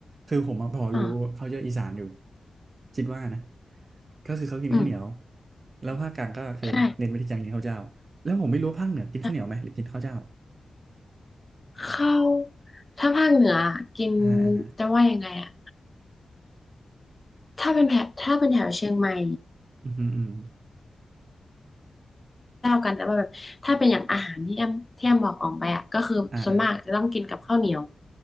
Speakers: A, on the right (about 40°); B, on the left (about 15°).
A: คือผมมาพอรู้เขาเยอะอีสานอยู่
B: อ๋อ
A: คิดว่านะก็คือเขากินข้าวเหนียว
B: อืม
A: แล้วภาคกลางก็คือเน้นไปที่การกินข้าวเจ้าแล้วผมไม่รู้ว่าภาคเหนือกินข้าวเหนียวไหมหรือกินข้าวเจ้า
B: ใช่ใช่ข้าวถ้าภาคเหนือกิน
A: อ่าอ่าฮะ
B: จะว่ายังไงอะถ้าเป็นแถบถ้าเป็นแถวเชียงใหม่
A: อืมอหืมออืม
B: เท่าวกันแต่ว่าแบบถ้าเป็นอย่างอาหารที่แอมที่แอมบอกออกไปอ่ะก็คือส่วนมากจะต้องกินกับข้าวเหนียว
A: อ่าอ่า